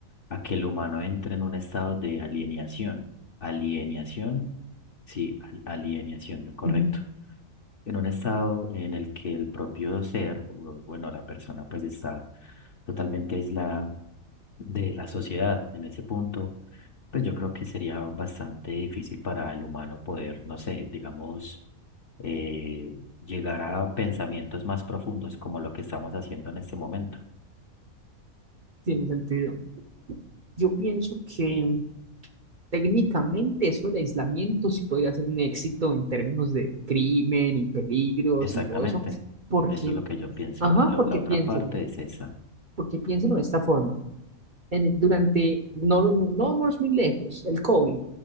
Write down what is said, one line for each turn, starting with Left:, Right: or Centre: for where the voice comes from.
Left: a que el humano entre en un estado de alienación. Alienación, sí, al- alienación, correcto
Right: ujú,
Left: en un estado en el que el propio ser, o, bueno, la persona pues está totalmente aislada de la sociedad en ese punto, pues yo creo que sería bastante difícil para el humano poder, no sé, digamos, eh, llegar a pensamientos más profundos como lo que estamos haciendo en este momento.
Right: Tiene sentido. Yo pienso que Técnicamente eso del aislamiento sí podría ser un éxito en términos de crimen y peligros
Left: Exactamente,
Right: y todo eso, porque,
Left: eso es lo que yo pienso.
Right: ajá,
Left: Eh, lo-
Right: porque
Left: la otra
Right: piénsenlo,
Left: parte es esa,
Right: porque piénsenlo de esta forma. En el- durante, no, no, no no vamos muy lejos, el COVID,